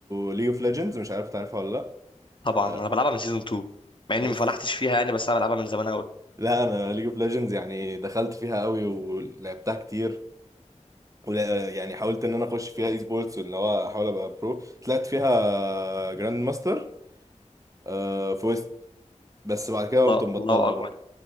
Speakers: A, on the right (about 25°); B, on the left (about 40°).
A: ليج اوف ليجندز مش عارف تعرفها ولا لا
B: طبعا
A: آه،
B: انا بلعبها من سيزون 2 مع اني
A: اوف
B: ما فلحتش فيها يعني بس انا بلعبها من زمان قوي
A: لا انا ليج اوف ليجندز يعني دخلت فيها قوي ولعبتها كتير ولا يعني حاولت ان انا اخش فيها اي سبورتس وان هو احاول ابقى برو طلعت فيها جراند ماستر آه، في بس بعد كده
B: الله
A: قمت مبطلها
B: الله اكبر
A: بقى
B: ان